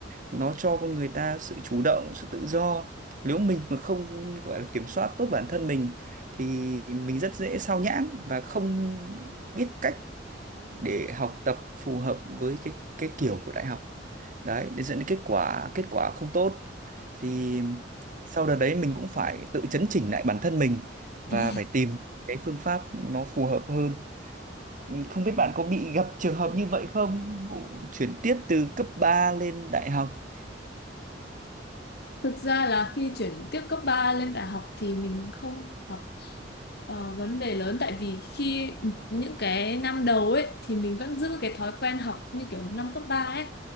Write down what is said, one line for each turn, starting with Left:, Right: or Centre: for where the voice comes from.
Right: nó cho con người ta sự chủ động sự tự do nếu mình mà không gọi là kiểm soát tốt bản thân mình thì mình rất dễ sao nhãng và không biết cách để học tập phù hợp với cái cái kiểu của đại học đấy để dẫn đến kết quả kết quả không tốt thì sau đợt đấy mình cũng phải tự chấn chỉnh lại bản thân mình và
Left: Ừ.
Right: phải tìm cái phương pháp nó phù hợp hơn Ừ, không biết bạn có bị gặp trường hợp như vậy không vụ chuyển tiếp từ cấp 3 lên đại học
Left: Thực ra là khi chuyển tiếp cấp 3 lên đại học thì mình không gặp ờ, vấn đề lớn tại vì khi những cái năm đầu ấy thì mình vẫn giữ cái thói quen học như kiểu năm cấp 3 ấy